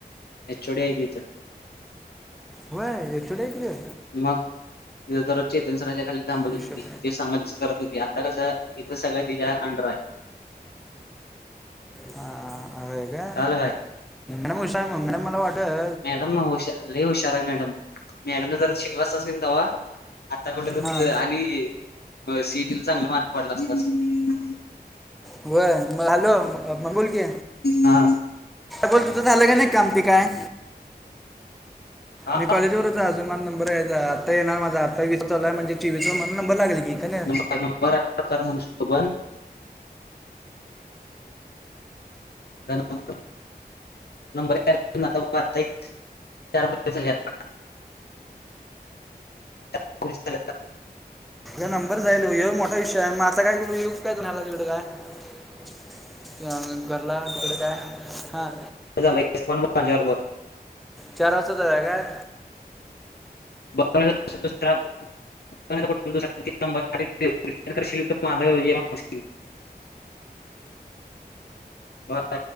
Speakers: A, on the left; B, in the centre.
A: एचोडी आहे तीथ
B: व्हंय टुडे क्यूं
A: मगं जरं चेतन सरांच्या खांली थांबोलत
B: हिशोब
A: हो तं ते सांगा करतं होती आंता कसं इथं सगळं तिच्यां अंडर आहे
B: हां अं कां
A: आंला कायं
B: नमः शिवा म्हणं मैडम मलां वाटलं
A: मॅडम हुंशार लयं हुंशार आहे मॅडम मॅडम जरं शिकवा असं कि तेव्हां आंता कुठं
B: हां
A: आणि सिईटीला चांगले मार्क पडलां असतं
B: होयं हॅलो बोलतं की
A: हां
B: बोलं तुझं झालं की नाहीं कामंती कायं
A: हा
B: मी कॉलेजवरं अजून मला नंबर आहे आता येणार माझं आंत्तावीस चालांय म्हजे चवीसचाला नंबर लागले की कां नाहीं
A: कांबर करं म्हणूंन शकतो बणं नं आंता एक चार पाहिजे सगळ्यांना कुहीचं कडं
B: तुलां नंबर जायंल मोठां विषय मगं आंता कायं करूं युंग कायं तुणांला तिकडे कायं तिकडे कायं हां
A: झा्यांबरलां माझ्यां बरोबर
B: चार वाजता जाय काय
A: ब <unintelligible> तरं माझं जेवणं बो